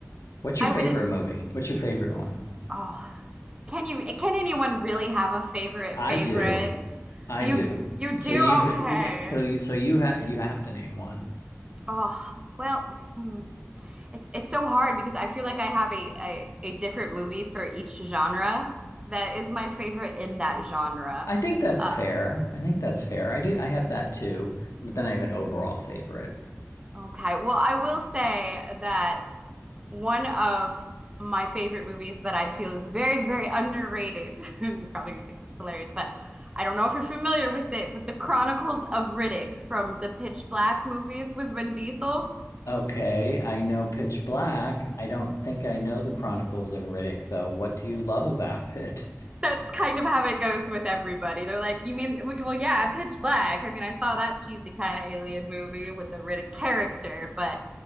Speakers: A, on the left; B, on the right.
A: What's your
B: I
A: favorite
B: would,
A: movie? What's your favorite one?
B: oh, can you, can anyone really have a favorite
A: I
B: favorite?
A: do. I
B: You,
A: do.
B: you
A: So
B: do?
A: you
B: Okay.
A: so you so you have you have to name one.
B: Oh, well, hmm. It's it's so hard because I feel like I have a, a a different movie for each genre that is my favorite in that genre.
A: I think that's
B: Uh,
A: fair. I think that's fair. I do. I have that too, but then I have an overall favorite.
B: okay. Well, I will say that one of my favorite movies that I feel is very, very underrated. <laughs> You're probably gonna think this is hilarious, but I don't know if you're familiar with it, but The Chronicles of Riddick from the Pitch Black movies with Vin Diesel.
A: Okay, I know Pitch Black. I don't think I know the Chronicles of Riddick though. What do you love about it?
B: That's kind of how it goes with everybody. They're like, you mean, well, yeah, Pitch Black. I mean, I saw that cheesy kind of alien movie with the Riddick character, but